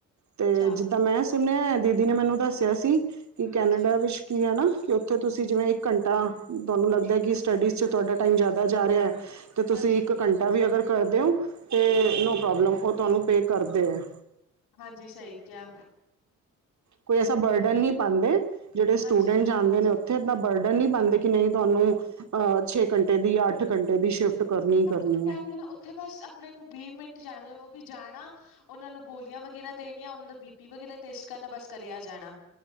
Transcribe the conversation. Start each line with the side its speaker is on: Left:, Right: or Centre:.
Right: ਤੇ
Left: ਅੱਛਾ।
Right: ਜਿੱਦਾਂ ਮੈਂ ਸੁਣਿਆ ਦੀਦੀ ਨੇ ਮੈਨੁੰ ਦੱਸਿਆ ਸੀ, ਕੀ
Left: ਹਾਂਜੀ,
Right: ਕੇਨਡਾ ਵਿੱਚ ਕੀ ਐ ਨਾ, ਕਿ ਉੱਥੇ ਤੁਸੀਂ ਜਿਵੇਂ ਇੱਕ ਘੰਟਾ, ਤੁਹਾਨੂੰ ਲੱਗਦਾ ਕਿ ਸਟੱਡੀਜ਼ ਚ ਤੁਹਾਡਾ ਟਾਈਮ ਜ਼ਿਆਦਾ ਜਾ ਰਿਹਾ। ਤੇ ਤੁਸੀਂ
Left: ਹਾਂਜੀ,
Right: ਇੱਕ ਘੰਟਾ ਵੀ ਅਗਰ ਕਰਦੇ ਹੋ, ਤੇ ਨੋ ਪ੍ਰੋਬਲਮ, ਉਹ ਤੁਹਾਨੂੰ ਪੇ ਕਰਦੇ ਹੈ
Left: ਹਾਂਜੀ, ਸਹੀ ਕਿਹਾ।
Right: ਕੋਈ ਐਸਾ ਬਰਡਨ ਨਹੀਂ ਪਾਦੇ ਜਿਹੜੇ ਸਟੂਡੈਂਟ
Left: ਹਾਂਜੀ।
Right: ਜਾਂਦੇ ਨੇ ਉੱਥੇ ਏਨਾਂ ਬਰਡਨ ਨਹੀਂ ਪਾਂਦੇ ਕਿ ਨਹੀਂ ਤੁਹਾਨੂੰ ਅਹ ਛੇ ਘੰਟੇ ਦੀ, ਜਾਂ ਅੱਠ ਘੰਟੇ ਦੀ ਸ਼ਿਫਟ ਕਰਨੀ ਹੀ
Left: ਮੈਂ
Right: ਕਰਨੀ
Left: ਦੋ ਕਹ
Right: ਹੈ
Left: ਰਹੀ ਹਾਂ ਨਾ ਉੱਥੇ ਬਸ ਆਪਣੇ ਨੂੰ ਵੀਹ ਮਿੰਟ ਚਲ ਉਹ ਵੀ ਜਾਣਾ, ਉਹਨਾਂ ਨੂੰ ਗੋਲੀਆਂ ਵਗੈਰਾ ਦੇਣੀਆਂ ਉਹਨਾਂ ਦਾ ਬੀ ਪੀ ਵਗੈਰਾ ਟੈਸਟ ਕਰਨਾ, ਬਸ ਘਰੇ ਆ ਜਾਣਾ।